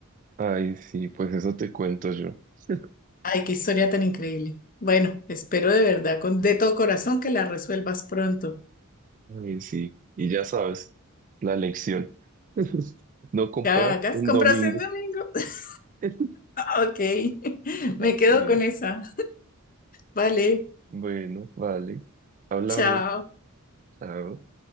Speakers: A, on the right; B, on the left.
A: Ay, sí, pues eso te cuento yo. <laughs>
B: Ay, qué historia tan increíble. Bueno, espero de verdad, con de todo corazón, que la resuelvas pronto.
A: Ay, sí. Y ya sabes, la lección. <laughs> No comprar
B: Que hagas
A: en
B: compras
A: domingo.
B: en domingo. <laughs>
A: <laughs>
B: Ok, <laughs> me
A: Así
B: quedo
A: es.
B: con esa. Vale,
A: Bueno, vale. Hablamos.
B: chao.
A: Chao.